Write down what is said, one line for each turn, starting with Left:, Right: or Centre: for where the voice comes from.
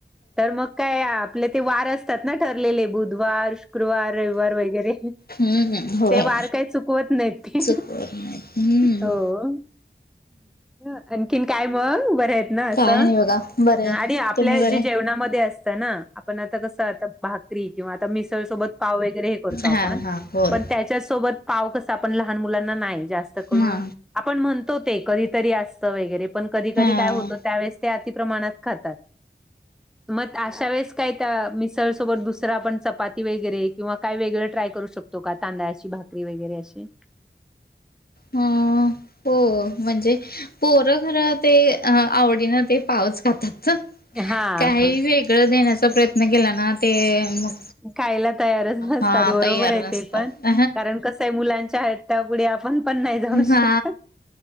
Centre: तर मग काय आपले ते वार असतात ना ठरलेले बुधवार, शुक्रवार, रविवार वगैरे
Left: हम्म होय
Centre: ते वार काय चुकवत नाहीत ते.
Left: चुकवत नाही हम्म
Centre: हो, आणखीन काय म? बरे आहेत ना आसं?
Left: काय नाही बघा बरे
Centre: आणि आपल्या
Left: तुम्ही बरे
Centre: जे जेवणामध्ये असतं ना आपण आता कसं आता भाक री किंवा आता मिसळ सोबत पाव वगैरे हे करतो आपण
Left: हा हा होय
Centre: पण त्याच्या सोबत पाव कसं आपण लहान मुलांना नाही जास्त करून
Left: हा
Centre: आपण म्हणतो ते कधीतरी आसतं वगैरे पण कधी कधी
Left: हा
Centre: काय होत त्या वेळेस ते अती प्र्रणात खातात मग अशा वेळेस काय त्या मिळ सोबत दु सरं आपण चपाती वगैरे किंवा काय वेगळं ट्राय करू शकतो का तांदळाची भाकरी वगैरे अशी?
Left: हं हो म्हणजे पोरं खरं ते आवडीन ते पावच खातात,
Centre: हा
Left: काही
Centre: हा.
Left: वेगळं देण्याचा प्रयत्न केला ना ते मग
Centre: खायला तयारच नसतात
Left: हा
Centre: बरोबर
Left: तयार
Centre: आहे
Left: नसतात
Centre: ते पण, कारण कस मुलांच्या हट्टा पुुढे आपण पण नाही जाऊ शकत.
Left: हा